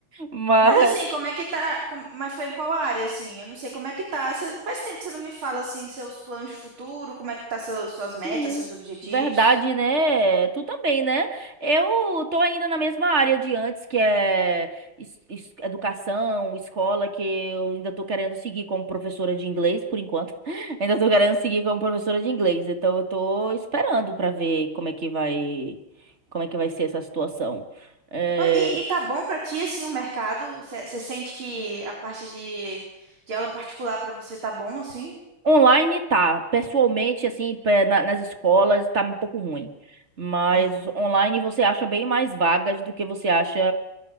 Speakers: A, on the right; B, on the right.
A: Mas
B: Mas assim, como é que tá? com- mas foi em qual área, assim? Eu não sei como é que tá. Você- faz tempo que você não me fala, assim, seus planos de futuro, como é que tá seu- suas metas,
A: Sim,
B: seus objetivos.
A: verdade, né? Tu também, né? Eu tô ainda na mesma área de antes, que é es- es- educação, escola, que eu ainda tô querendo seguir como professora de inglês, por enquanto. <laughs> Ainda tô querendo seguir como professora de inglês. Então eu tô esperando pra ver como é que vai, como é que vai ser essa situação. É,
B: Oi, E, e tá bom pra ti, assim, o mercado? Você você sente que a parte de, de aula particular pra você tá bom, assim?
A: Online tá, pessoalmente, assim, pe- na- nas escolas tá um pouco ruim. Mas
B: Hum.
A: online você acha bem mais vagas do que você acha